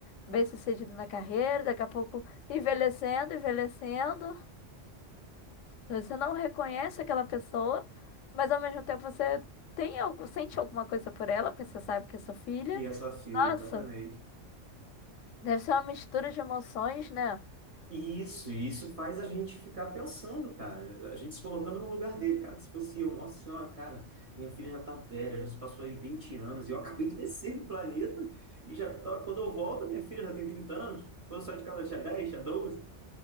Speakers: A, on the left; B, on the right.
A: Bem-sucedido na carreira, daqui a pouco envelhecendo, envelhecendo. Você não reconhece aquela pessoa, mas ao mesmo tempo você tem algo, sente alguma coisa por ela, porque você sabe que é sua filha.
B: E essa filha,
A: Nossa,
B: exatamente.
A: deve ser uma mistura de emoções, né?
B: Isso, e isso faz a gente ficar pensando, cara, a gente se colocando no lugar dele, cara, que se fosse eu, nossa senhora, cara, minha filha já tá velha, já se passou aí 20 anos, e eu acabei de descer do planeta, e já, tô- quando eu volto, minha filha já tem 30 anos, quando eu saio de casa ela tinha 10, tinha 12,